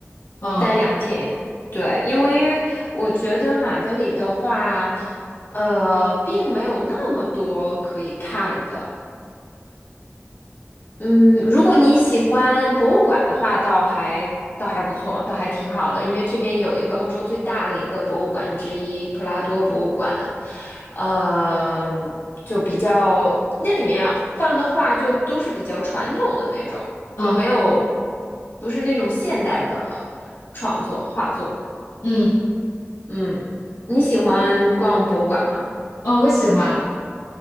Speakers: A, on the left (about 70°); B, on the left (about 55°).
A: 嗯
B: 待两天。对，因为我觉得马德里的话，呃，并没有那么多可以看的。嗯，如果你喜欢博物馆的话，倒还倒还不错，倒还挺好的。因为这边有一个欧洲最大的一个博物馆之一——普拉多博物馆，呃，就比较那里面放的画就都是比较传统的那种，
A: 嗯
B: 就没有不是那种现代的创作画作。
A: 嗯
B: 嗯，你喜欢逛博物馆吗？
A: 嗯，我喜欢。